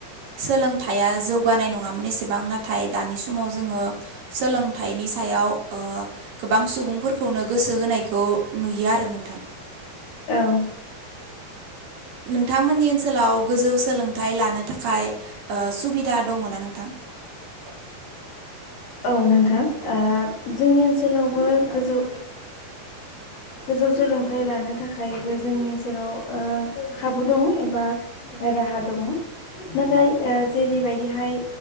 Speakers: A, on the right; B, on the left.
A: सोलोंथाइया जौगानाय नङामोन एसेबां ना थाय दानि समाव जोङो सोलोंथाइनि सायाव गोबां सुबुंफोरखौनो गोसो सो होनायखौ नुयो आरो नोंथां।
B: औ
A: नोंथांमोननि ओनसोलाव गोजौ सोलोंथाइ लानो थाखाय ओ सुबिदा दङ ना नोंथां? <inaudible> <unintelligible>
B: औ नोंथां जोंनि ओनसोलावबो गोजौ
A: <inaudible> <unintelligible>
B: गोजौ सोलोंथाइ लानो थाखायबो जोंनि ओनसोलाव खाबु दङ एबा राहा दङ नाथाय जेरैबायदिहाय